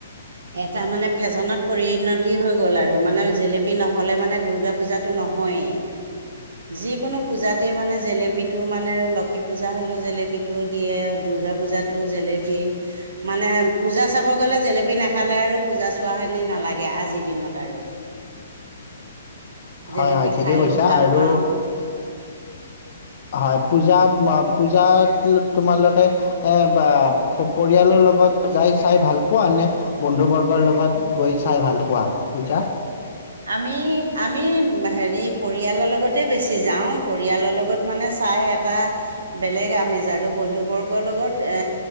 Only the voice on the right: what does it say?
এটা মানে ফেশ্বনত পৰিণতি হৈ গ'ল আৰু মানে জেলেপি নহ'লে মানে দূৰ্গা পূজাটো নহয়ে যিকোনো পূজাত তে মানে জেলেপী টো মানে আৰু লক্ষী পূজা হলেও জেলেপীটো দিয়ে দূৰ্গা পূজাতো জেলেপি মানে পূজা চাব গ'লে জেলেপি। জেলেপি নাখালে আৰু পূজা চোৱা খিনি নালাগে আজিৰ দিনত আৰু
জেলেপি
খায়ো
ভাল
পাওঁ
আমি আমি হেৰি পৰিয়ালৰ লগতে বেছি যাওঁ পৰিয়ালৰ লগত মানে চাই এটা বেলেগ আমেজ আৰু বন্ধু বৰ্গৰ লগত এ